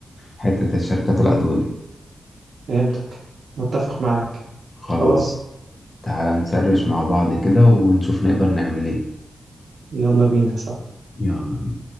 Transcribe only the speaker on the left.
حتة الشركات الأدوية
خلاص
تعالى نسرش مع بعض كده ونشوف نقدر نعمل ايه
يلا بينا